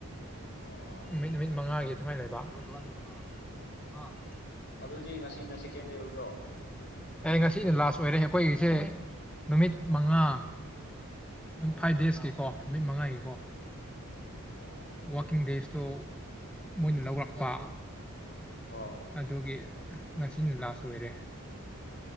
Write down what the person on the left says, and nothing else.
ꯑꯣ
ꯑꯗꯨꯗꯤ ꯉꯁꯤꯅ ꯁꯦꯀꯦꯟꯗꯦ ꯑꯣꯏꯕ꯭ꯔꯣ
ꯑꯣ
ꯑꯣ